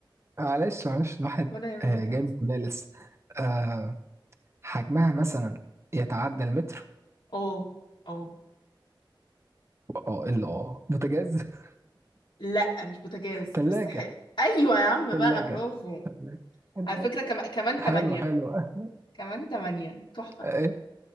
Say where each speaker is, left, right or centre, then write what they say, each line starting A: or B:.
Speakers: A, on the right; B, on the left.
A: معلش معلش الواحد
B: ولا يهمك
A: آه،
B: كانت
A: جاي من الكلية لسه آه، حجمها مثلا يتعدى المتر
B: اه اه
A: اه الا اه بوتاجاز <laughs>
B: لا مش بوتاجاز
A: تلاجة
B: بس حلو ايوه يا عم
A: تلاجة
B: بقى برافو
A: تلاجة تلاجة.
B: على فكرة كم... كمان
A: حلو
B: تمانية
A: حلو <laughs> آه،
B: كمان تمانية تحفة
A: ايه